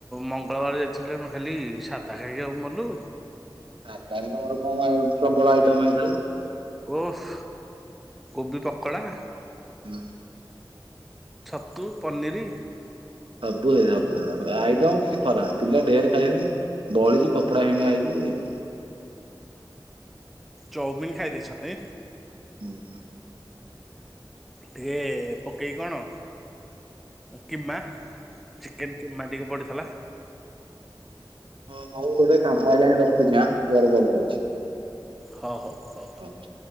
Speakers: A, in the centre; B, on the right.
A: ମଙ୍ଗଳବାର ଯାଇଥିଲୁ ଆମେ ଖାଲି ସାଧା ଖାଇ ଖାଇକି ମଲୁ।
B: ସାଦା ରେ ତମର କଣ ପ୍ରବଳ ଆଇଟମ ହେ
A: ଓଫ, କୋବି ପକଡ଼ା।
B: ହୁଁ।
A: ଛତୁ, ପନିରି
B: ସବୁ ହେଇ ସବୁ ହେଇ ଆଇଟମ୍ କିଛି ଖରାପ ପିଲା ଢେର୍ ଖାଇଛନି। ବଳିଛି ଫୋଫ ଫୋପଡ଼ା ଫିଙ୍ଗା ହେଇଛି।
A: ଚଉମିନ୍ ଖାଇ ଦେଇଛନ୍ତି।
B: ହୁଁ। <unintelligible>
A: ଟିକେ ପକେଇକି କଣ କିମା। ଚିକେନ୍ କିମା ଟିକେ ପଡିଥିଲା।
B: ଅ ହଉ ଗୋଟେ କାମ ଆଇଲାଣି ରଖୁଚି ଆଁ ପରେ କଲ୍ କରୁଛି।
A: ହ ହଉ। ହଉ।
B: ରହୁଛି